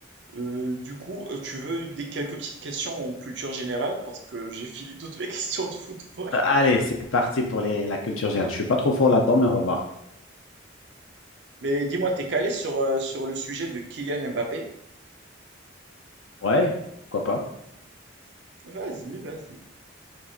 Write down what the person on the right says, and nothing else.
Euh, du coup, euh, tu veux des quelques petites questions en culture générale parce que j'ai fini toutes mes <laughs> questions de football.
Mais dis-moi, t'es calé sur, euh, sur le sujet de Kylian Mbappé?
Vas-y, vas-y.